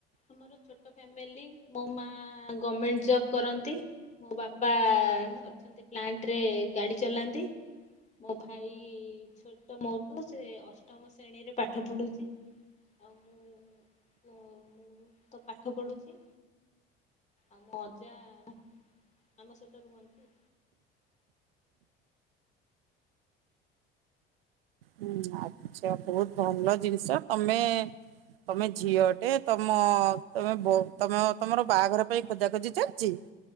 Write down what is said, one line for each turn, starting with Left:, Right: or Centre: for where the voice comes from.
Left: ଆମର ଛୋଟ ଫ୍ୟାମିଲି ମୋ ମା ଗମେଣ୍ଟ ଜବ୍ କରନ୍ତି। ମୋ ବାପା ଅଛନ୍ତି ପ୍ଲାଣ୍ଟ ରେ ଗାଡି ଚଲାନ୍ତି। ମୋ ଭାଇ ଛୋଟ ମୋଠୁ ସେ ଅଷ୍ଟମ ଶ୍ରେଣୀରେ ପାଠ ପଢୁଚି। ଆଉ ମୁଁ ମୁଁ ତ ପାଠ ପଢୁଚି। ଆଉ ମୋ ଅଜା ଆମ ସହିତ ରୁହନ୍ତି।
Right: ହୁଁ ଆଛା ବହୁତ ଭଲ ଜିନିଷ ତମେ ତମେ ଝିଅ ଟେ ତମ ତମେ ତମ ତମର ବାହାଘର ପାଇଁ ଖୋଜାଖୋଜି ଚାଲିଚି?